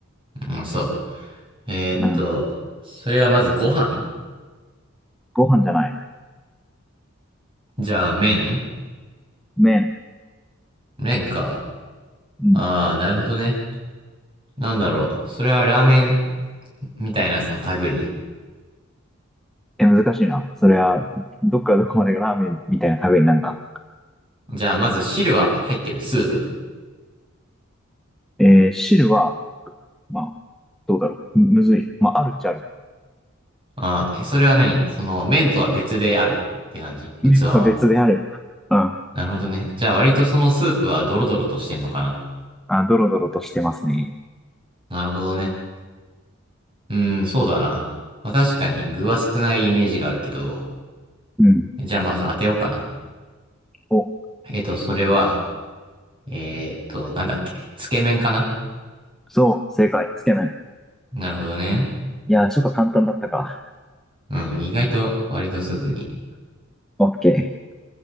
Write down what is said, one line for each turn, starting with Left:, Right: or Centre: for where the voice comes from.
Right: うん、そう。えーっと、
Centre: うん。
Right: それはまずご飯
Centre: ご飯じゃない。
Right: じゃあ、麺
Centre: 麺。
Right: 麺か。
Centre: うん。
Right: ああ、なるほどね。なんだろう。それはラーメンみたいなその類
Centre: え、難しいな。それは、どっからどこまでがラーメンみたいな食べになるんだ。
Right: じゃあ、まず汁は入ってる、スープ。
Centre: えー汁は、まあ、どうだろう。むむずい。まあ、あるっちゃある。
Right: ああ、え、それは何その麺とは別であるって感じ器は。
Centre: 麺と別である。うん。
Right: なるほどね。じゃあ、割とそのスープはドロドロとしてんのかな
Centre: あ、ドロドロとしてますね。
Right: なるほどね。うん、そうだな。まあ確かに具は少ないイメージがあるけど、
Centre: うん。
Right: じゃあまあそれ当てようかな。
Centre: お、
Right: えっと、それは、えーっと、なんだっけ、つけ麺かな
Centre: そう、正解、つけ麺。
Right: なるほどね。
Centre: いやー、ちょっと簡単だったか。
Right: うん、意外と割とすぐに。
Centre: オッケ